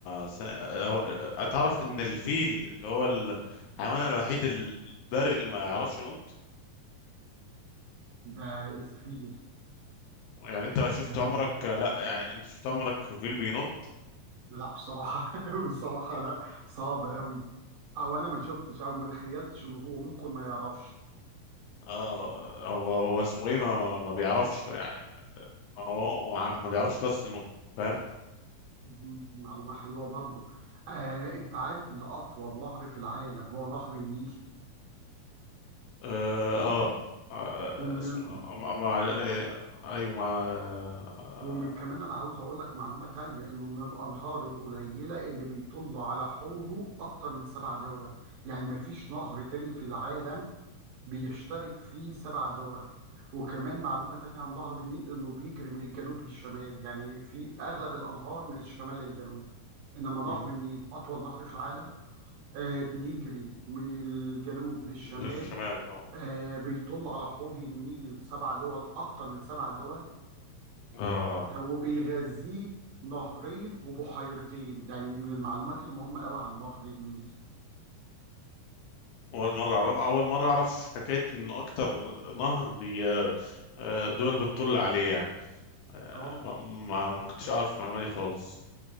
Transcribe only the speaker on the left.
س- آه، أتعرف إن الفيل اللي هو الحيوان الوحيد البري اللي ما يعرفش ينط
يعني أنت شفت
عمرك لا يعني أنت شفت عمرك فيل بينط
آه هو هو اسمه إيه ما, ما بيعرفش يعني هو هو ما بيعرفش خالص ينط فاهم
آه, آه, آه
اسمه
ما ما-
آه، أيوه ما آه،
مم،
بالشمال آه
آه آه.
اول مره اعرف اول مره اعرف حكايه ان اكتر نهر بي آه، دول بتطل عليه يعني آه،
ما ما كنتش اعرف المعلومه دي خالص